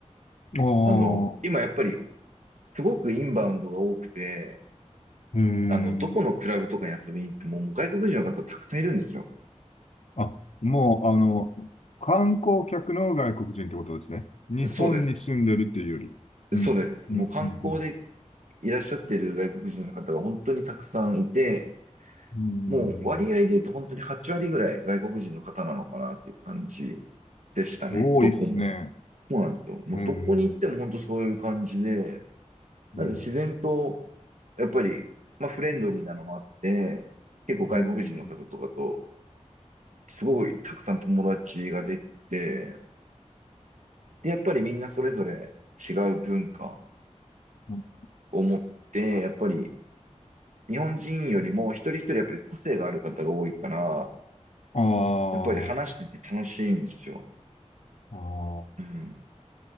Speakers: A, on the left; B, on the right.
A: うん。
B: あの、
A: ああ。
B: 今やっぱり、すごくインバウンドが多くて、
A: えー。
B: あの、どこのクラブとかに遊びに行っても、もう外国人の方たくさんいるんですよ。
A: あ、もう、あの、観光客の外国人ってことですね。日本に住んでるっていうより。
B: そうです。
A: うん。
B: そうです。もう観光で
A: うん。うん。
B: いらっしゃってる外国人の方が本当にたくさんいて、
A: うん。う
B: もう割合で言うと本当に8割ぐらい外国人の方なのかなっていう感じ
A: ん
B: でしたね。
A: 多いっすね。
B: どこも。そうなんですよ。もうどこに行っても本当そういう感じで、
A: えー、うん、
B: なんで自然と、
A: うん、
B: やっぱり、まあフレンドリーなのもあって、結構外国人の方とかと、
A: うん。
B: すごいたくさん友達ができて、で、やっぱりみんなそれぞれ違う文化
A: うん
B: を持って、やっぱり日本人よりも一人一人やっぱり個性がある方が多いから、
A: あー
B: やっぱり話してて楽しいんですよ。
A: あー、
B: うん。